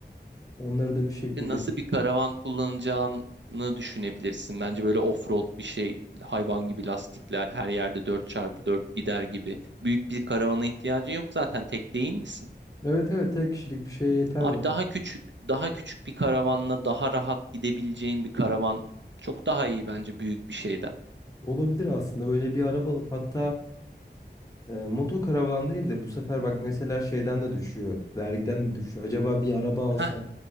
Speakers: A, on the left; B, on the right.
A: onları da bir şekilde.
B: E, nasıl bir karavan kullanacağını düşünebilirsin. Bence böyle off-road bir şey, hayvan gibi lastikler, her yerde dört çarpı dört gider gibi. Büyük bir karavana ihtiyacın yok zaten tek değil misin?
A: Evet evet tek kişilik bir şeye yeter
B: Abi
A: var.
B: daha küçük, daha küçük bir karavanla daha rahat gidebileceğin bir karavan çok daha iyi bence büyük bir şeyden.
A: Olabilir aslında öyle bir araba alıp hatta e, moto karavan değil de bu sefer bak mesela şeyden de düşüyor. Vergiden de düşüyor. Acaba bir araba alsam?
B: Heh,